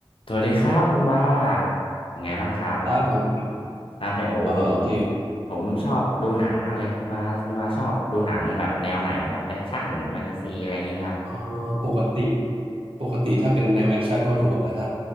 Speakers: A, on the left; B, on the right.
A: สวัสดีครับคุณว่ายังไงบ้างครับ
B: ครับ
A: ครับเนี่ยโอ้โหผม
B: เอ่อโอเค
A: ผมชอบดูหนังมากเลยคุณว่าคุณว่าชอบดูหนังแบบแนวไหนไหมครับแอคชั่นแฟนตาซีอะไรอย่างนี้ไหมครับ
B: เอ่อปกติปกติถ้าเป็นแนวแอคชั่นก็ดูครับแต่ถ้า